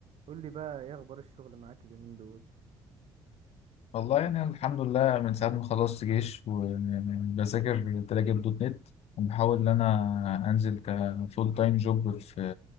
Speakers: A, on the right (about 60°); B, on the left (about 65°).
A: قول لي بقى ايه اخبار الشغل معاك اليومين دول
B: والله يعني أنا الحمد لله من ساعة ما خلصت جيش وبذاكر تراجل دوت نت وبحاول إن أنا أنزل كفول تايم جوب في